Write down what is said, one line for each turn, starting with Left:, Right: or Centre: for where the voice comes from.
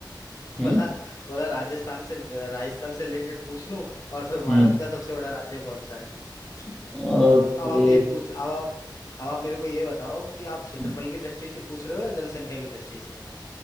Left: <laughs>
Centre: हम्म
Left: बोला बोला राजस्थान से राजस्थान से रिलेटेड पूछ लूं और फिर भारत
Centre: हम्म
Left: का सबसे बड़ा राज्य कौन सा है <laughs>
Centre: ओके
Left: हाँ अब आप ये तो पूछ अब आप अब आप मेरे को ये बताओ कि आप क्षेत्रफल
Centre: हम्म,
Left: की दृष्टि से पूछ रहे हो या जनसंख्या की दृष्टि से